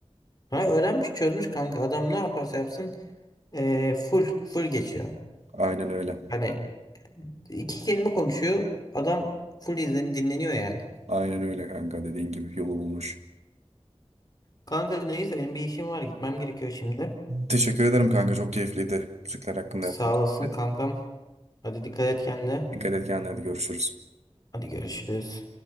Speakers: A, on the left; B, on the right.
A: Ha, öğrenmiş çözmüş kanka. Adam ne yaparsa yapsın eee, full full geçiyor.
B: Aynen öyle.
A: Hani iki kelime konuşuyor. Adam full izleni dinleniyor yani.
B: Aynen öyle kanka dediğin gibi yolu bulmuş.
A: Kanka neyse benim bir işim var gitmem gerekiyor şimdi.
B: Teşekkür ederim kanka çok keyifliydi. Müzikler hakkında
A: Sağ
B: yaptığımız
A: olasın
B: sohbet.
A: kankam. Hadi dikkat et kendine.
B: Dikkat et kendine hadi görüşürüz.
A: Hadi görüşürüz.